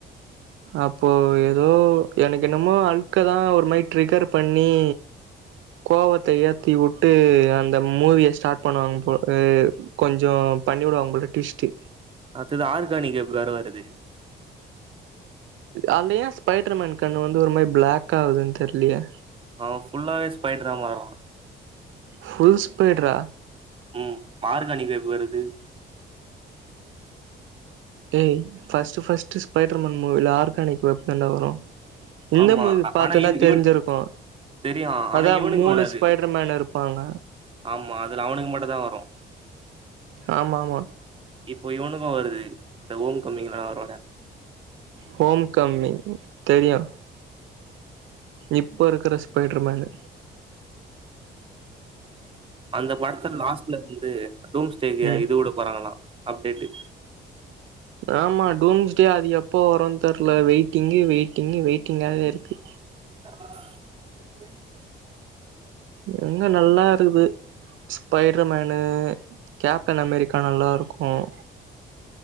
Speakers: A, on the right; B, on the right.
A: அப்போ ஏதோ எனக்கு என்னமோ அல்க்கு தான் ஒரு மாரி ட்ரிகர் பண்ணி கோவத்த ஏ த்தி வுட்டு அந்த மூவியை ஸ்டாட் பண்ணுவாங்க போல எ கொஞ்சோ பண்ணிவிடுவாங்க போல டுவிஸ்ட்டு
B: அடுத்தது ஆர்கானிக் எப்வேர வருது
A: அந்த ஏன் ஸ்பைடர்மேன் கண்ணு வந்து ஒரு மாரி பிளாக் ஆவுதுன்னு தெரியலையே
B: அவன் ஃபுல்லாவே ஸ்பையிட்டரா மார்ரான்
A: ஃபுல்ஸ்பெய்ட்ரா
B: உம் ஆர்கானிக் வேம் வருது
A: ஏய் ஃபஸ்ட்டு ஃபஸ்ட்டு ஸ்பைடர் மேன் மூவில ஆர்கானிக் வெப்பன் தான் வரோம் இந்த
B: ஆமா
A: மூவி பாத்து
B: ஆனா
A: இந்தா
B: இவ்
A: தெரிஞ்சியிருகோம்
B: இவன் தெரியு ஆனா
A: அதான்
B: இவனுக்கு
A: மூணு
B: வராது
A: ஸ்பைடர்மேன் இருப்பாங்க
B: ஆமா அதுல அவனுக்கு மட்டுந்தா வரு
A: ஆமா ஆமா
B: இப்போ இவனுக்கும் வருது இந்த ஓம் கமிங்களெல்லாம் அரோட
A: ஹோம் கம்மி தெரியும் இப்ப இருக்கற ஸ்பைடர் மேனு
B: அந்த படத்துல லாஸ்ட்ல வந்து டூம் ஸ்டேய்யாய்
A: ம்
B: இது வுட போறாங்களாம் அப்டேட்டு
A: ஆமாம் டூம்ஸ்டே அது எப்போ வரோம்ன்னு தெரல வெயிட்டிங்கு வெயிட்டிங்கு வெயிட்டிங்காவே இருக்கு
B: ஆ <inaudible>
A: எங்க நல்லா இருக்குது ஸ்பைடர்மேனு கேப்டன் அமெரிக்கா நல்லா இருக்கோம்